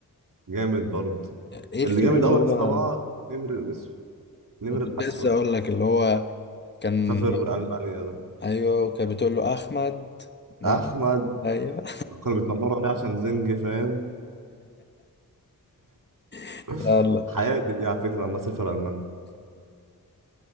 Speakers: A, on the right; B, on the left.
A: جامد برضه
B: يعني ايه الفيلم
A: اللي جامد
B: اللي
A: قوي
B: هو
A: يا اسطى بقى نمر الاسود نمر الاسود
B: كنت لسه اقول لك اللي هو كان
A: سافر المانيا ده
B: ايوه كان بتقول له احمد لا،
A: احمد
B: ايوه
A: كانوا بيتنمروا عليه عشان زنجي فاهم
B: <laughs>
A: <laughs>
B: لا لا
A: حياتي دي على فكره لما سافر المانيا